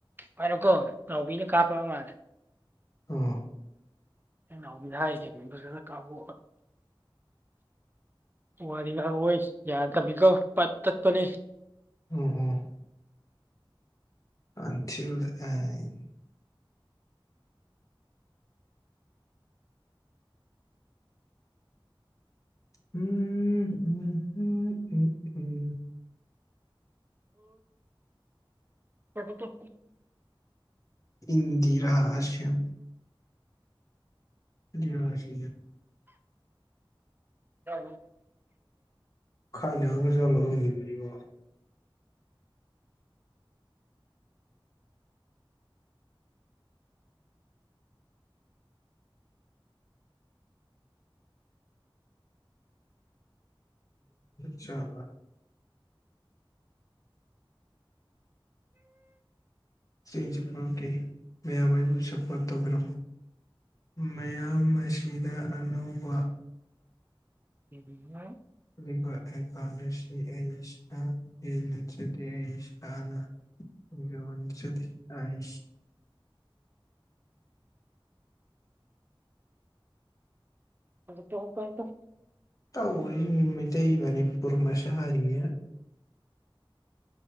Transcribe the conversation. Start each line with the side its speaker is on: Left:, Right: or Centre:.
Right: ꯀꯅꯣꯀꯣ ꯉꯅꯥꯎꯕꯤꯅ ꯀꯥꯞꯄ ꯃꯥꯜꯂꯦ
Left: ꯑ
Right: ꯑ ꯅꯥꯎꯕꯤꯗ ꯍꯥꯏꯒꯦ ꯃꯤꯕꯨꯁꯨ ꯈ ꯀꯥꯕꯦ ꯋꯥꯔꯤ ꯉ ꯑꯣꯏ ꯌꯥꯗꯕꯤꯀꯣ ꯄꯠ ꯇꯠꯄꯅꯦ
Left: ꯎꯝ ꯎꯝ ꯑꯟꯊꯤꯜ ꯗ ꯑꯦꯟ ꯎꯝ ꯎꯝ ꯎꯝ ꯎꯝ ꯎꯝ
Right: ꯀꯗ
Left: ꯏꯟꯗꯤꯔꯥ ꯑꯁ꯭ꯝ ꯁꯤ
Right: ꯍ
Left: ꯈꯥꯏꯅꯒꯔꯖꯂꯣ ꯍꯅꯤꯕꯤꯕꯣ ꯆꯔ ꯁꯁꯤꯄ ꯀꯦ ꯃꯌꯥꯝ ꯑꯩꯕꯨ ꯁꯞꯄꯣꯠ ꯇꯧꯕꯤꯔꯝꯃꯨ ꯃꯌꯥꯝ ꯑꯁꯤꯗ ꯑꯅꯧꯕ
Right: <inaudible>
Left: ꯂꯩꯕ ꯑꯦꯀꯥꯎꯗꯁꯤ ꯑꯩꯁ ꯅꯆꯗꯤ ꯑꯩ ꯁꯅ ꯖꯃꯟꯁꯤꯗꯤꯥꯏ
Right: ꯑꯗ ꯇꯣ ꯀꯗ
Left: ꯇꯧꯔꯤꯅꯤ ꯃꯩꯇꯩ ꯃꯅꯤꯄꯨꯔ ꯃꯆꯥꯔꯤꯉ